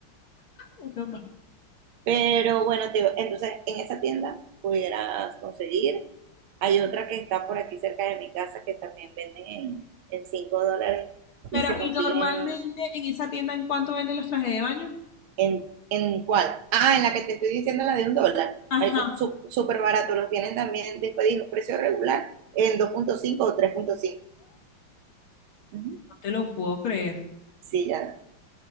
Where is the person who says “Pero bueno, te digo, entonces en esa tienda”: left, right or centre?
Right